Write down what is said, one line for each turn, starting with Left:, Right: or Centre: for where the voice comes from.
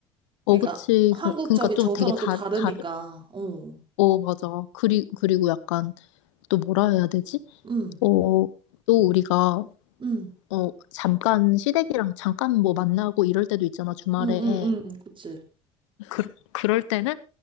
Left: 어,
Right: 그러니까
Left: 그치.
Right: 한국적인
Left: 그, 그니까 좀
Right: 정서랑
Left: 되게 다,
Right: 또 다르니까.
Left: 다르,
Right: 어.
Left: 어, 맞아. 그리, 그리고 약간 또 뭐라 해야 되지?
Right: 응.
Left: 어, 또 우리가,
Right: 응.
Left: 어, 잠깐 시댁이랑 잠깐 뭐 만나고 이럴 때도 있잖아, 주말에.
Right: 응. 응. 응. 그치.
Left: 그, 그럴 때는